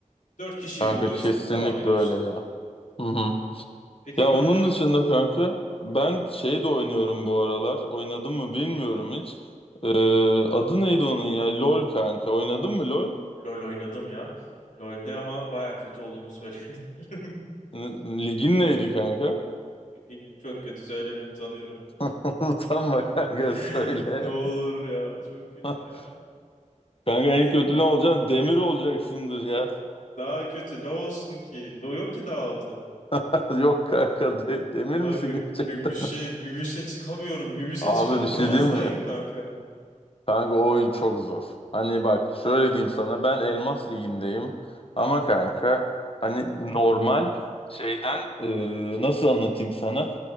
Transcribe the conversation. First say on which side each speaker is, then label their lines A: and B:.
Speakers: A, on the left; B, on the left.
A: Dört kişiyi
B: Kanka
A: buluyorsun,
B: kesinlikle
A: devam ediyorsun.
B: öyle ya. Hı hı.
A: Peki
B: Ya
A: kanka,
B: onun dışında kanka ben
A: hı.
B: şey de oynuyorum bu aralar. Oynadım mı bilmiyorum hiç. Ee, adı neydi onun ya? LOL kanka. Oynadın mı LOL?
A: LoL oynadım ya. LoL'de ama baya kötü olduğumu söyleyebilirim. <laughs>
B: N- Ligin neydi kanka?
A: Ligim çok kötü söylemeye utanıyorum.
B: <laughs> Utanma kanka
A: <laughs>
B: söyle.
A: Ne olur ya çok kötü
B: <laughs>
A: ya.
B: Kanka en
A: E
B: kötü ne olacaksın? Demir olacaksındır ya.
A: daha kötü ne olsun ki? Do yok ki daha altı.
B: <laughs> Yok kanka de- demir
A: Kanka
B: misin
A: gümüşe
B: gerçekten?
A: gümüşe çıkamıyorum. Gümüşe
B: Abi
A: çıkam
B: bir şey
A: bronzdayım
B: diyeyim mi?
A: kanka ya.
B: Kanka o oyun çok zor. Hani bak şöyle diyeyim sana ben Elmas Ligi'ndeyim
A: Hı
B: ama
A: hı,
B: kanka hani normal şeyden e, nasıl anlatayım sana?